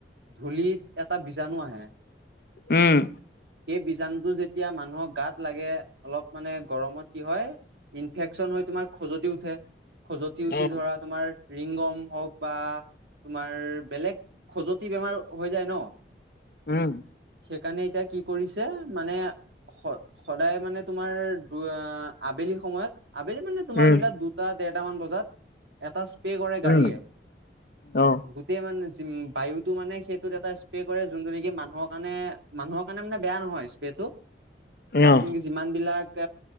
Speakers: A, on the right; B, on the left.
A: ধূলিত এটা বীজাণু আহে।
B: উম!
A: সেই বীজাণুটো যেতিয়া, মানুহক গাত লাগে অলপ মানে, গৰমত কি হয়, ইনফেকচন হৈ তোমাৰ খজুৱতি উঠে। খজুৱতি উঠি
B: অ
A: ধৰা তোমাৰ ৰিংগম হওঁক বা তোমাৰ, বেলেগ খজুৱতি বেমাৰ হৈ যায় ন'।
B: উম!
A: সেইকাৰণে, এতিয়া কি কৰিছে, মানে, স সদায় মানে, তোমাৰ দু আবেলি সময়ত আবেলি মানে, তোমাৰ
B: উম
A: ধৰি লোৱা দুটা, ডেৰটামান বজাত এটা স্প্ৰে কৰে গাড়ীয়ে।
B: উম অ
A: গোটেই মানে, বায়ুটো মানে, সেইটোত এটা স্প্ৰে কৰে। যোনটো নেকি, মানুহৰ কাৰণে, মানুহৰ কাৰণে বেয়া নহয় স্প্ৰেটো। তাত
B: অ
A: নেকি, যিমান বিলাক